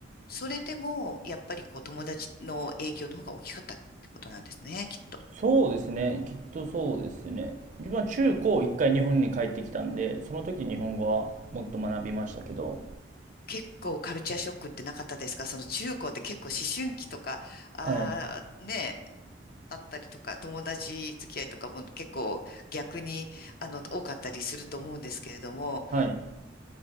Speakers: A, on the left; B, on the right.
A: それでも、やっぱりこう、友達の影響の方が大きかったってことなんですね、きっと。
B: そうですね。きっとそうですね。自分は中高一回日本に帰ってきたんで、その時日本語はもっと学びましたけど、
A: 結構カルチャーショックってなかったですかその中高って結構思春期とか、ああ、
B: はい。
A: ねあったりとか、友達付き合いとかも結構逆に、あの、多かったりすると思うんですけれども、
B: はい。